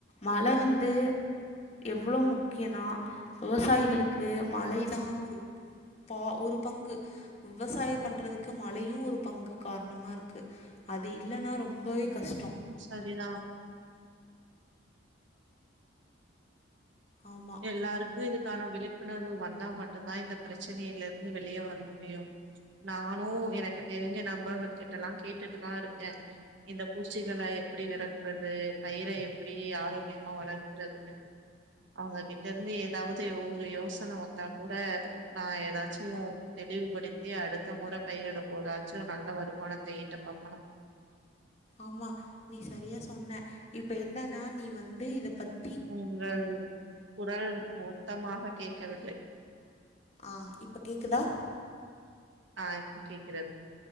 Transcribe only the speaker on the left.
மழ வந்து எவ்ளோ முக்கியன்னா விவசாயிகளுக்கு மழை தா ஒரு போ ஒரு பங்கு விவசாய பண்றதுக்கு மழயு ஒரு பங்கு காரணமா இருக்கு அது இல்லனா ரொம்பவே கஷ்டோ
ஆமா
ஆமா நீ சரியா சொன்ன இப்ப என்னனா நீ வந்து இத பத்
ஆ இப்ப கேக்குதா